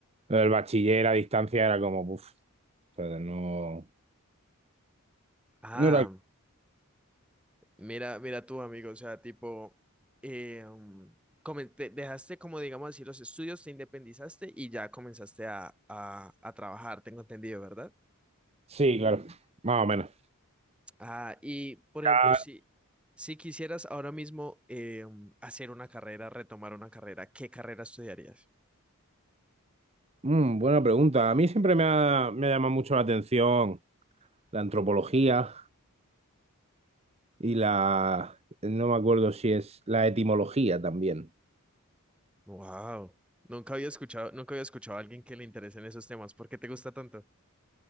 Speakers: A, on the right; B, in the centre.
A: lo del bachiller a distancia era como, uff, no...
B: Ah,
A: No era...
B: Mira, mira tú, amigo, o sea, tipo, eh, um, comen- te- dejaste como, digamos así, los estudios, te independizaste y ya comenzaste a, a, a trabajar, tengo entendido, ¿verdad?
A: Sí, claro, más o menos.
B: Ah, y, por ejemplo,
A: Ah,
B: si, si quisieras ahora mismo eh, um, hacer una carrera, retomar una carrera, ¿qué carrera estudiarías?
A: mm, buena pregunta. A mí siempre me ha, me ha llamado mucho la atención la antropología y la... No me acuerdo si es la etimología también.
B: Wow, nunca había escuchado, nunca había escuchado a alguien que le interesen esos temas. ¿Por qué te gusta tanto?